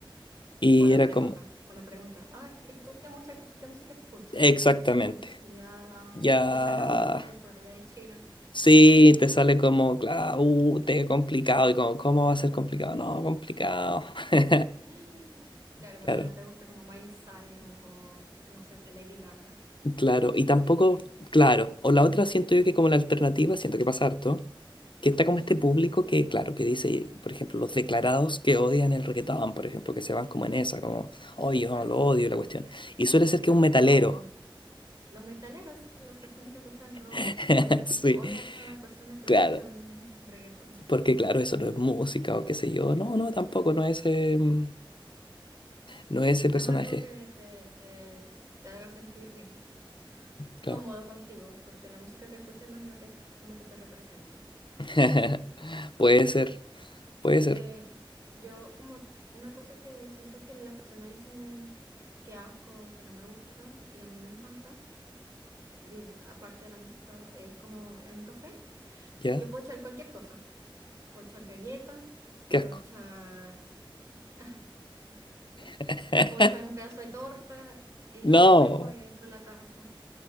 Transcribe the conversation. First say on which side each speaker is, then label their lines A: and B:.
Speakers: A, on the left (about 60°); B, on the right (about 35°).
A: Y
B: O la
A: era
B: pregunta,
A: como,
B: o la pregunta, ah, ¿y tú qué mucha, qué música escuchas?
A: exactamente,
B: Y tú así como, ya,
A: ya,
B: y le sacas un nombre de por allá de China.
A: sí, te sale como, claro, uh, te complicado, y como, ¿cómo va a ser complicado? No, complicado. <laughs>
B: <gasps> Claro, porque
A: Claro.
B: no te gusta como Miley Cyrus o, no sé, Lady Gaga,
A: Claro, y
B: lo
A: tampoco,
B: típico.
A: claro, o la otra siento yo que como la alternativa, siento que pasa harto, que está como este público que, claro, que dice, por ejemplo, los declarados que odian el reggaetón, por ejemplo, que se van como en esa, como, oye, yo no
B: Ajá.
A: lo odio,
B: Ah,
A: la cuestión. Y suele ser que
B: Los,
A: un metalero,
B: los, los metaleros, sí, las personas que escuchan rock
A: <laughs>
B: odian,
A: sí,
B: odian a las personas que
A: claro,
B: escuchan reggaetón.
A: porque claro, eso no es música o qué sé yo, no, no, tampoco, no es, eh, mm, no es ese
B: No
A: personaje,
B: es algo que te, eh, te haga sentir bien,
A: claro.
B: cómodo contigo, porque la música que escuchas imagino que es como que te representa.
A: <laughs> Puede ser, puede ser,
B: Eh, yo como una cosa que siento que las personas dicen que asco, que no me gusta, y a mí me encanta, di- aparte de la música, es como en un café.
A: ¿ya?
B: Yo puedo echar cualquier cosa, puedo echar galleta,
A: Qué
B: puedo
A: asco.
B: echar, <laughs>
A: <laughs>
B: puedo echar un pedazo de torta y
A: No,
B: lo sumerjo ahí adentro de la taza.